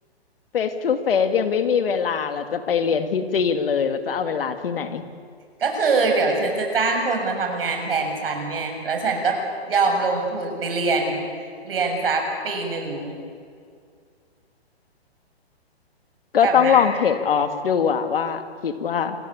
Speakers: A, on the left (about 60°); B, on the right (about 60°).
A: face to face ยังไม่มีเวลาแล้วจะไปเรียนที่จีนเลยแล้วจะเอาเวลาที่ไหน
B: ก็คือเดี๋ยวฉันจะจ้างคนมาทำงานแทนฉันเนี่ยแล้วฉันก็ยอมลงทุนไปเรียนเรียนสักปีหนึ่ง
A: ก็ต้องลองเทรดออฟดูอ่ะว่าคิดว่า
B: กลับมา